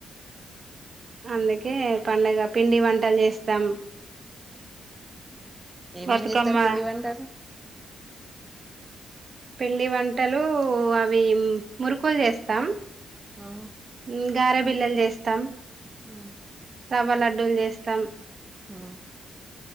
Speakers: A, on the right; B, on the right.
A: అందుకే పండగ పిండి వంటల్ చేస్తాం
B: ఏమేం
A: బతుకమ్మ
B: జెత్తర్ పిండి వంటలు
A: పిండి వంటలూ అవి మురుకుల్ జెస్తాం
B: ఆ
A: ఉ గార బిల్లల్ జేస్తాం
B: అ
A: వ్వ లడ్డూల్ జేస్తాం
B: ఆ